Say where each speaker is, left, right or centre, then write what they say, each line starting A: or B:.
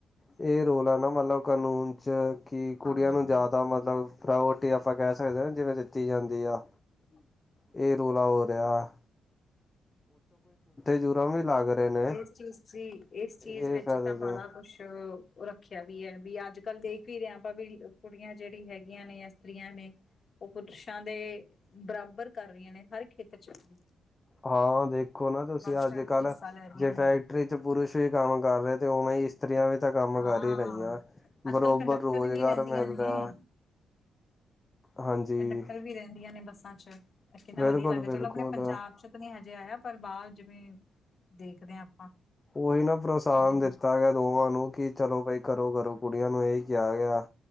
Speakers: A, on the left; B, on the left.
A: ਏ ਰੋਲਾ ਨਾ ਮਤਲਬ ਕਾਨੂੰਨ ਚ ਕੀ ਕੁੜੀਆਂ
B: ਹਾਂ
A: ਨੂੰ ਜ਼ਿਆਦਾ ਮਤਲਬ ਪ੍ਰੀਓਰਟੀ ਆਪਾਂ ਕੈ ਸਕਦੇ ਆ ਜਿਵੇਂ ਦਿੱਤੀ ਜਾਂਦੀ ਆ
B: ਹੂੰ
A: ਏ ਰੌਲਾ ਹੋ ਰੇਆ। ਜੁਰਮ ਵੀ ਲੱਗ ਰਹੇ ਨੇ
B: ਏਸ ਚੀਜ਼ ਦੀ ਏਸ ਚੀਜ਼
A: ਇਹ
B: ਵਿੱਚ
A: ਫਾਇਦੇ
B: ਤਾਂ ਭੈਣਾ
A: ਦੇ
B: ਕੁੱਛ ਓ ਰੱਖੇਆ ਵੀ ਏ, ਵੀ ਅੱਜ- ਕੱਲ੍ਹ ਦੇਖ ਈ ਰਏ ਆਪਾਂ ਵੀ ਕੁੜੀਆਂ ਜੇੜੀ ਹੈਗੀਆਂ ਨੇ ਇਸਤਰੀਆਂ ਨੇ ਓ ਪੁਰਸ਼ਾਂ ਦੇ, ਬਰਾਬਰ ਕਰ ਰਈਆਂ ਨੇ ਹਰ ਹਿੱਤ ਚ ਓਹ।
A: ਹਾਂ ਦੇਖੋ ਨਾ ਤੁਸੀ
B: ਚੜ
A: ਅੱਜ-ਕੱਲ
B: ਕੇ ਹਿੱਸਾ ਲੈ ਰਹੀਆਂ
A: ਜੇ ਫੈਕਟਰੀ
B: ਨੇ
A: ਚ ਪੁਰਸ਼ ਵੀ ਕੰਮ ਕਰ ਰਏ ਤੇ ਉਵੇਂ ਈ ਇਸਤਰੀਆਂ ਵੀ ਤਾਂ ਕੰਮ
B: ਹਾਂ
A: ਕਰ ਈ ਰਈਆਂ
B: ਅੱਜ
A: ਬਰੋਬਰ
B: ਕੱਲ੍ਹ ਕੰਡਕਟਰ
A: ਰੋਜ਼ਗਾਰ
B: ਵੀ ਰਹਿੰਦੀਆਂ
A: ਮਿਲਦਾ।
B: ਨੇ
A: ਹਾਂਜੀ
B: ਕੰਡਕਟਰ ਵੀ ਰੇਂਦੀਆਂ ਨੇ ਬੱਸਾਂ ਚ, ਕਿੰਨਾ
A: ਬਿਲਕੁਲ
B: ਵੱਧੀਆ ਲੱਗਦਾ
A: ਬਿਲਕੁਲ
B: ਚਲੋ ਆਪਣੇ ਪੰਜਾਬ ਚ ਨਈ ਹਜੇ ਆਏਆ ਪਰ ਬਾਰ ਜਿਵੇਂ, ਦੇਖਦੇ ਆਪਾਂ।
A: ਉਹੀ ਨਾ ਪ੍ਰੋਤਸਾਨ
B: ਹਮ
A: ਦਿੱਤਾ ਗੇਆ ਦੋਵਾਂ ਨੂੰ ਕਿ ਚਲੋ ਬਈ ਕਰੋ- ਕਰੋ ਕੁੜੀਆਂ ਨੂੰ ਏਹੀ ਕੇਆ ਗੇਆ।